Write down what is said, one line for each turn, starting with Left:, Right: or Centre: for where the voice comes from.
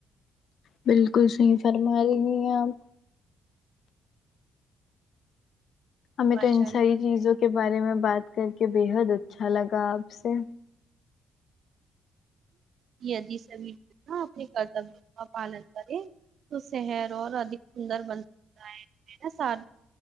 Left: بالکل صحیح فرما رہی ہیں آپ ہمیں
Right: ماشاء
Left: تو ان
Right: اللہ
Left: ساری چیزوں کے بارے میں بات کر کے بےحد اچھا لگا آپ سے
Right: یدی سب لوگ اپنے کرتب کا پالن کرے تو شہر اور ادھک سندر بن سکتا ہے نا سار